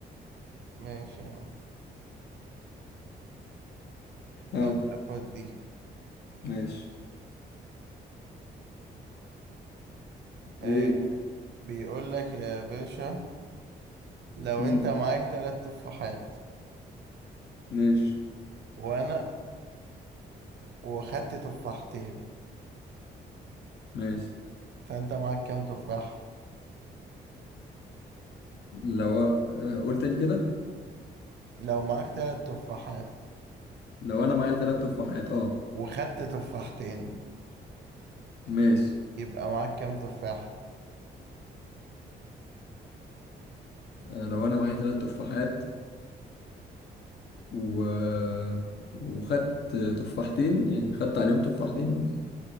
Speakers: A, on the right; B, on the left.
A: ماشي يا عم
B: ها
A: اقول لك خد دي
B: ماشي
A: آه
B: ايه
A: بيقول لك يا باشا لو
B: مم.
A: انت معاك تلات تفاحات
B: ماشي
A: وانا واخدت تفاحتين
B: ماشي
A: فانت معاك كام تفاح
B: لو أ- آه، قول تاني كده
A: لو معاك تلات تفاحات
B: لو انا معايا ثلاث تفاحات اه
A: وخدت تفاحتين
B: ماشي
A: يبقى معاك كام تفاحة
B: آه، لو انا معايا ثلاث تفاحات و... وخدت تفاحتين يعني خدت عليهم تفاحتين ولا ايه